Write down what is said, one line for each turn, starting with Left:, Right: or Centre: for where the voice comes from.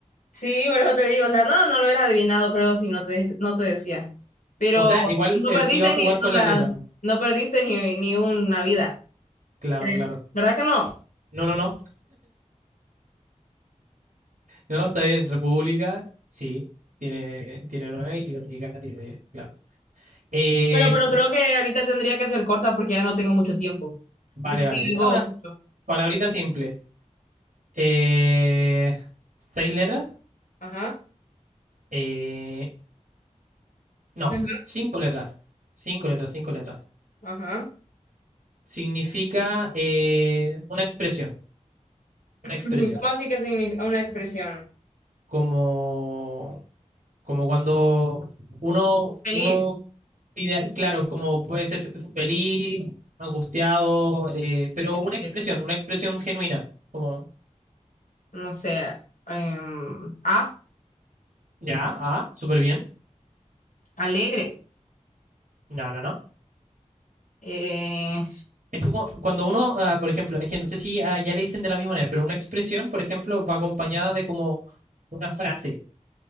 Left: Sí, por eso te digo, o sea, no, no lo hubiera adivinado, creo, si no te, no te decía. Pero
Right: O sea, igual
Left: no
Right: eh,
Left: perdiste
Right: iba a jugar
Left: ni, o
Right: con
Left: sea,
Right: la letra.
Left: no perdiste ni, ni una vida,
Right: Claro,
Left: creo.
Right: claro.
Left: ¿Verdad que no?
Right: No, no, no. No, está bien. República, sí. Tiene, tiene nueve y Dominicana tiene diez, claro. Eh,
Left: Pero, pero creo que ahorita tendría que ser corta porque ya no tengo mucho tiempo.
Right: <laughs> vale,
Left: Así que
Right: vale.
Left: algo
Right: Y ahora,
Left: justo.
Right: palabrita simple. Eh, ¿seis letras?
Left: Ajá,
Right: Eh, no,
Left: ajá,
Right: cinco letras. Cinco letras, cinco letras.
Left: ajá.
Right: Significa eh, una expresión. Una expresión.
Left: Ujú, ¿Cómo así que significa una expresión?
Right: Como, como cuando uno,
Left: Feliz,
Right: uno ideal, claro, como puede ser feliz, angustiado, eh, pero
Left: eh,
Right: una expresión, una expresión genuina, como,
Left: no sé, em, ah,
Right: ya, ah, súper bien,
Left: alegre,
Right: no, no, no.
Left: eh,
Right: Es como cuando uno, ah, por ejemplo, es que no sé si ah, ya le dicen de la misma manera, pero una expresión, por ejemplo, va acompañada de como una frase,